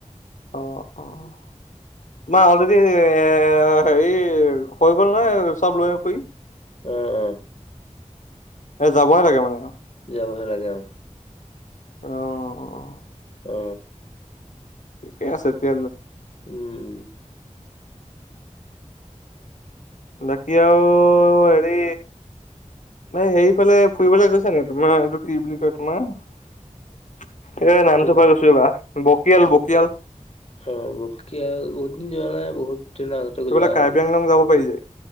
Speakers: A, on the left (about 75°); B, on the left (about 55°).
A: অ' অ'তোমাৰ অলৰেডি এ হেৰি হৈ গ'ল নহয় চব লৈ কৰি।
B: আহ আহ।
A: এ যাবহে লাগে মানে।
B: যাবহে লাগে অ'।
A: অ'
B: অ
A: ঠিকেই আছে তে।
B: উম
A: বাকি আও হেৰি নাই সেইফালে ফুৰিবলে গৈছা ন তোমাৰ এইটো কি বুলি কয় তোমাৰ এ নামটো
B: কোনফালে
A: পাই গৈছোঁ ৰবা বকিয়াল বকিয়াল।
B: অ' বকিয়াল বহুত দিন যোৱা নাই বহুত দিনৰ আগতে
A: সেইফালে
B: যোৱা
A: কাৰ্বি
B: এদিন।
A: আংলং যাব পাৰি যে